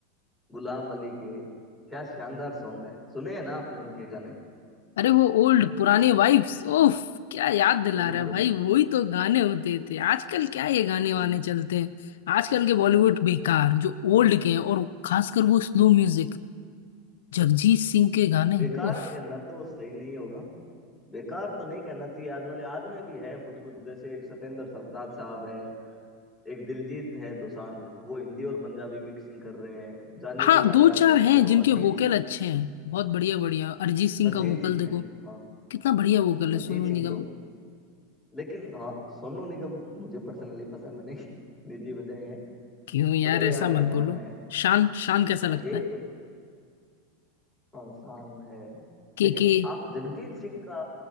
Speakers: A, in the centre; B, on the left.
A: गुलाम अली के क्या शानदार सॉन्ग है सुने हैं ना आपने उनके गाने
B: अरे वो ओल्ड पुराने वाइब्स ओफ क्या याद दिला
A: बिल्कुल
B: रहा है भाई वही तो गाने होते थे आजकल क्या ये गाने वाने
A: बिल्कुल
B: चलते हैं आजकल के बॉलीवुड बेकार जो ओल्ड के हैं और खासकर वो स्लो म्यूजिक जगजीत सिंह के गाने
A: बेकार
B: उफ
A: कहना तो सही नहीं होगा बेकार तो नहीं कहना चाहिए आज वाले आज में भी है कुछ कुछ जैसे एक सतेंद्र सरताज साहब है एक दिलजीत है दोसांझ वो हिंदी और पंजाबी मिक्सिंग कर रहे हैं जानी
B: हाँ
A: के गाने
B: दो चार
A: आपने
B: हैं
A: सुने हो
B: जिनके
A: अरिजीत
B: वोकल
A: सिंह
B: अच्छे हैं बहुत बढ़िया बढ़िया अरिजीत सिंह
A: हरजीत
B: का वोकल
A: सिंह
B: देखो
A: है हाँ
B: कितना बढ़िया वोकल है
A: अरिजीत
B: सोनू निगम
A: सिंह तो लेकिन हाँ सोनू निगम मुझे पर्सनली पसंद नहीं <laughs> निजी वजह है
B: क्यों यार
A: पर ए
B: ऐसा
A: आर रहमान
B: मत बोलो
A: है
B: शान शान कैसा
A: हाँ
B: लगता
A: यही
B: है
A: तो हाँ शान है
B: के
A: लेकिन
B: के
A: आप जगजीत सिंह का